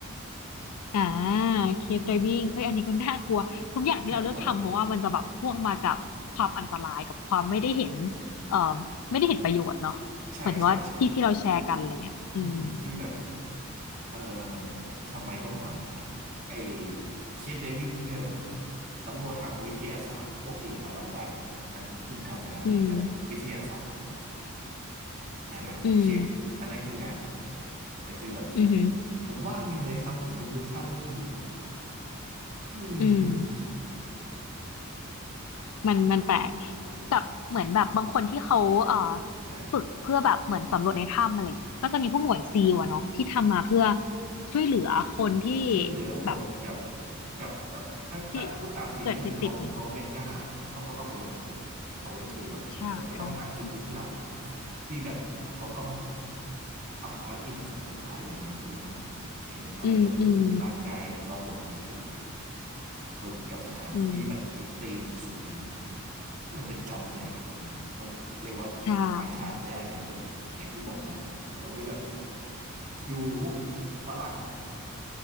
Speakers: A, on the left; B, on the right.
A: อ่าเคฟไดวิ่งเอ้ยอันนี้ก็น่ากลัวทุกอย่างที่เราเลือกทำเพราะว่ามันจะแบบพ่วงมากับความอันตรายกับความไม่ได้เห็น
B: น่ากลัวเหลือเกิน
A: เอ่อไม่ได้เห็นประโยชน์เนาะเหมือนถึงว่าที่ที่เราแชร์กันอะไรเงี้ยอืม
B: ใช่ใช่ใช่ใช่อืมที่แบบ เออทำไมต้องทำไอ้คิดไดวิ่งเพื่อแบบสำรวจทางวิทยาศาสตร์โอเคเรารับได้อันนั้นคุณทำงานแบบวิทยาศาสตร์
A: อืม
B: แต่แบบคลิปอันนั้นคืองานถูกไหม
A: อืม
B: แต่คือแบบ
A: อือหือ
B: ผมว่างยิงเลยครับผมเป็นมุดถ้ำเล่นดีกว่าอืม
A: อืมมันมันแปลกกับเหมือนแบบบางคนที่เขาเอ่อ
B: <laughs> ใช่
A: ฝึก เพื่อแบบเหมือนสำรวจในถ้ำอะไรเงี้ยก็จะมีพวกหน่วยซีลอะเนาะที่ทำมาเพื่อช่วยเหลือคนที่
B: ช่วยเหลือคนกับ
A: แบบ
B: กับกับถ้าถ้าพูดตามจริงก็คือเขาเขาเป็นทหารเขาก็ต้องรบ
A: ที่เกิดไปติดอยู่เนอะ
B: เขาก็คือแบบมันก็ต้องหาจุดยุทธศาสตร์
A: ใช่ค่ะ
B: ที่แบบเขาต้องทำภารกิจให้สำเร็จได้อะไรอย่างนี้ถูกไหมเออเขาเลยต้องฝึกร่างกายให้ทรหดหรือฝึก
A: อืมอืม
B: ฝึกกับสถานที่มันเอ็กซ์ตรีมสุดๆอะไรอย่างนี้
A: อืม
B: มันเป็นจ็อบเลยอะครับอันนั้นผมก็เรียกว่าพาร์ทไทม์ไม่ได้แต่คนอย่างที่บอกแบบคนที่แบบ
A: ใช่
B: ดูพวกฝรั่ง